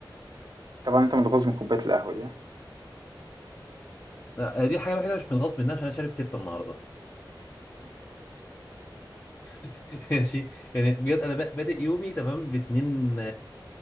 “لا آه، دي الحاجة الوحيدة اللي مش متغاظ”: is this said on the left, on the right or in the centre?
Left